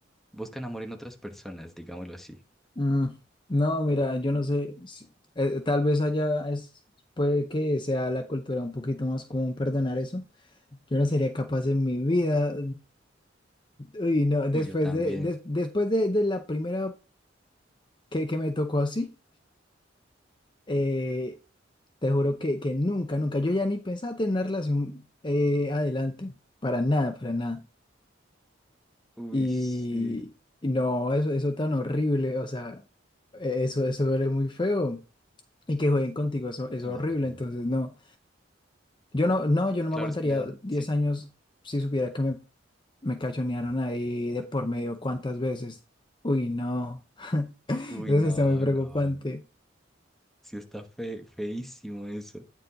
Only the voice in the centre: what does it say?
buscan amor en otras personas, digámoslo así.
Uy, yo también.
Uy,
sí,
claro.
Claro
es que le da-
sí.
Uy,
no,
no. Sí está fe, feísimo eso.